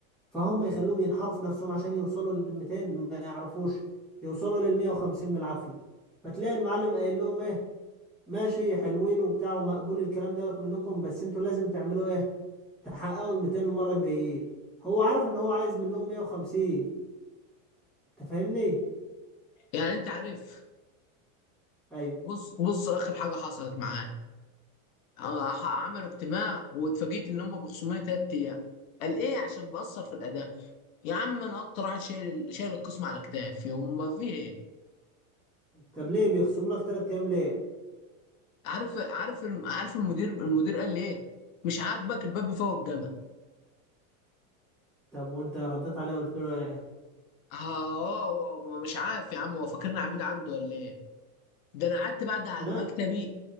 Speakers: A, in the centre; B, on the left.
A: فهم يخلوهم ينحروا في نفسهم عشان يوصلوا لل 200 ما يعرفوش يوصلوا لل 150 بالعافية فتلاقي المعلم قايل لهم ايه ماشي حلوين وبتاع ومقبول الكلام دوت منكم بس انتوا لازم تعملوا ايه تحققوا ال 200 المرة الجاية هو عارف ان هو عايز منهم 150 انت فاهمني
B: يعني انت عارف
A: ايوه
B: بص بص اخر حاجة حصلت معايا آه، ح- عملوا اجتماع واتفاجئت ان هم بيخصموني تلات ايام قال ايه عشان بأثر في الأداء يا عم انا اكتر واحد شايل شايل القسم على كتافي وما فيه ايه
A: طب ليه بيخصموا لك 3 ايام ليه
B: عارف عارف الم- عارف المدير المدير قال لي ايه مش عاجبك الباب بيفوق الجمل
A: طب وانت رديت عليه قلت له ايه
B: اه هو ما- مش عارف يا عم هو فاكرني عبيد عنده ولا ايه ده انا قعدت بعد على
A: لا
B: مكتبي